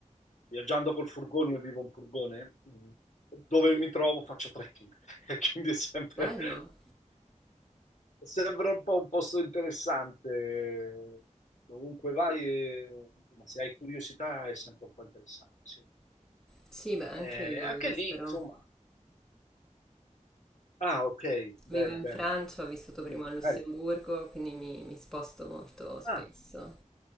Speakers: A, on the left; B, in the centre.
A: viaggiando col furgone, io vivo un furgone, mh, dove mi trovo faccio trekking, <laughs> quindi è sempre,
B: Bello.
A: è sempre un po' un posto interessante. Dovunque vai, eh, insomma, se hai curiosità è sempre un po' interessante, sì.
B: Sì, beh, anche
A: Eh,
B: io vivo
A: anche
B: all'estero.
A: lì, insomma. Ah, ok, bene,
B: Vivo in
A: bene.
B: Francia, ho vissuto prima
A: Quindi,
B: a Lussemburgo,
A: magari,
B: quindi mi, mi sposto molto spesso.
A: ah,